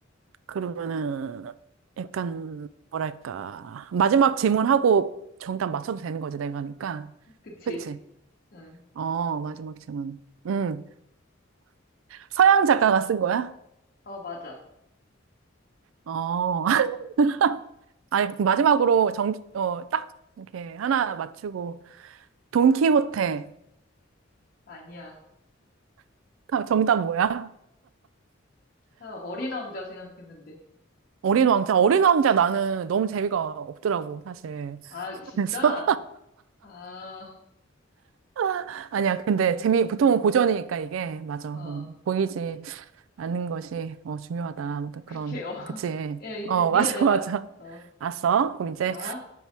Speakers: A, on the right; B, on the left.
A: 그러면은 약간 뭐랄까 마지막 질문하고 정답 맞춰도 되는 거지 내가 하니까.
B: 그치.
A: 그치?
B: 응,
A: 어 마지막 질문. 음 서양 작가가 쓴 거야?
B: 어, 맞아.
A: 어 <laughs> 아니 마지막으로 정어딱 이렇게 하나 맞추고 돈키호테
B: 아니야.
A: 다- 정답 뭐야?
B: 아, 어린 왕자 생각했는데.
A: 어린 왕자 어린 왕자 나는 너무 재미가 없더라고 사실.
B: 아, 진짜?
A: 그래서
B: 아,
A: <laughs> 아니야 근데 재미 보통은 고전이니까 이게 맞아
B: 어.
A: 음, 보이지.
B: 네.
A: 아는 것이 어, 중요하다. 아무튼
B: 그치요.
A: 그런
B: <laughs>
A: 그치.
B: 예,
A: 어
B: 이제 네가
A: <laughs> 맞아
B: 내봐.
A: 맞아.
B: 어,
A: 알았어. 그럼 이제
B: 아,